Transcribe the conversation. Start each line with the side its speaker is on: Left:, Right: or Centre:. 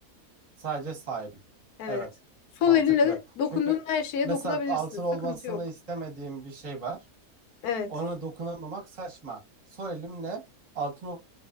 Right: Sadece sahibim.
Left: Evet.
Right: Evet.
Left: Sol
Right: Mantıklı.
Left: elinle dokunduğun
Right: Çünkü
Left: her şeye
Right: mesela
Left: dokunabilirsin.
Right: altın
Left: Sıkıntı
Right: olmasını
Left: yok.
Right: istemediğim bir şey var.
Left: Evet,
Right: Ona dokunamamak saçma. Sol elimle altın